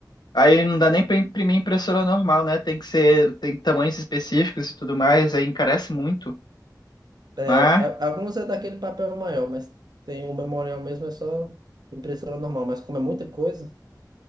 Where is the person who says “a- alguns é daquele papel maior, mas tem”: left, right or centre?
Right